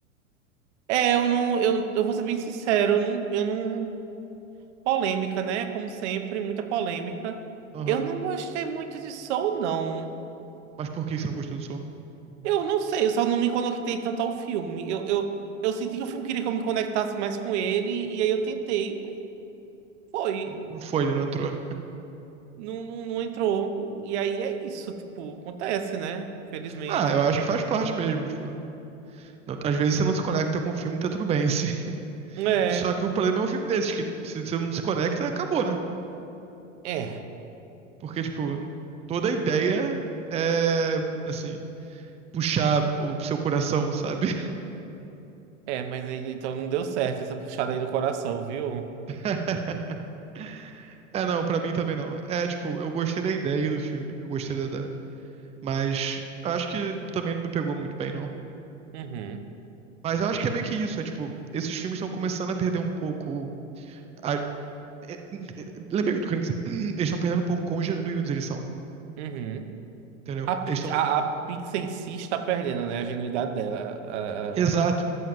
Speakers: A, on the right; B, on the right.
A: É, eu não, eu, eu vou ser bem sincero, eu não, eu não, polêmica, né? Como sempre, muita polêmica.
B: aham,
A: Eu não gostei muito de Soul, não.
B: Mas por que você não gostou de Soul?
A: Eu não sei, eu só não me conectei tanto ao filme. Eu, eu, eu senti que o filme queria que eu me conectasse mais com ele, e aí eu tentei, mas foi,
B: Não foi, né, não entrou.
A: não, não, não entrou. E aí é isso, tipo, acontece, né? Felizmente.
B: Ah, eu acho que faz parte mesmo, tipo, não- às vezes você não se conecta com o filme, tá tudo bem, <laughs> sim.
A: É,
B: Só que o problema é um filme desses, que se você não se conecta, acabou, né?
A: é,
B: Porque, tipo, toda a ideia é, assim, puxar o seu coração, sabe?
A: é, mas aí, então não deu certo essa puxada aí do coração, viu?
B: <laughs> É, não, pra mim também não. É, tipo, eu gostei da ideia do filme, eu gostei da, da- Mas acho que também não me pegou muito bem, não.
A: Uhum,
B: Mas eu acho que é meio que isso, é tipo, esses filmes estão começando a perder um pouco. A... é, é, é, Lembrei o que eu tô querendo dizer. <clears throat> Eles estão perdendo um pouco quão genuínos eles são,
A: uhum.
B: entendeu?
A: A, Pi-
B: Eles estão.
A: a, a Pixar em si está perdendo, né? A genuidade dela. A-
B: Exato.
A: a- a-